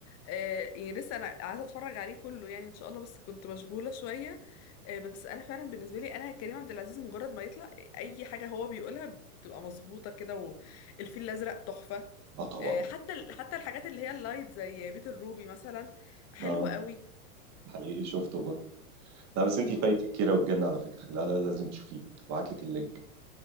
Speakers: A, on the left; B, on the right.
A: آه، يعني لسه انا عايزه اتفرج عليه كله يعني ان شاء الله بس كنت مشغوله شويه آه، بس انا فعلا بالنسبه لي انا كريم عبد العزيز مجرد ما يطلع اي حاجه هو بيقولها بتبقى مظبوطه كده والفيل الازرق تحفه
B: اه طبعا
A: آه، حتى ال- حتى الحاجات اللي هي اللايت زي بيت الروبي مثلا حلوه
B: اه
A: قوي
B: حقيقي شفته برضه لا بس انت
A: اه
B: فايتك كيرة والجن على فكره لا لا لازم تشوفيه ابعت لك اللينك